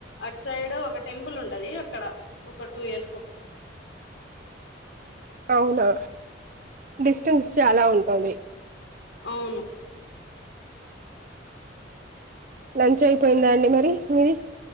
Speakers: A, on the left (about 75°); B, on the right (about 45°).
A: అట్ సైడ్ ఒక టెంపుల్ ఉంటది అక్కడ ఒక టూ ఇయర్స్
B: ఔనా డిస్టెన్స్ చాలా ఉంటది
A: ఔను
B: లంచ్ అయిపోయిందా అండి మరి మీది